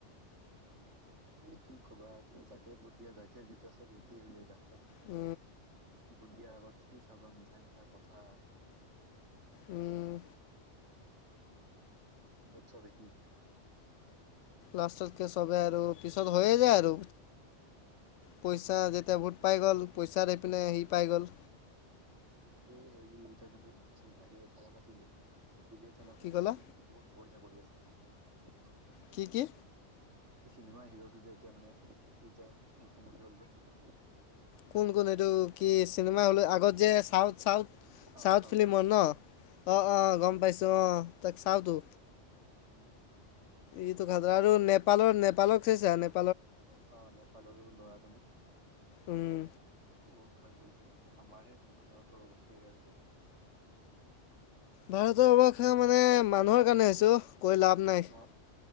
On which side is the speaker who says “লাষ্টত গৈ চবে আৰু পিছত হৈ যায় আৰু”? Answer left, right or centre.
Left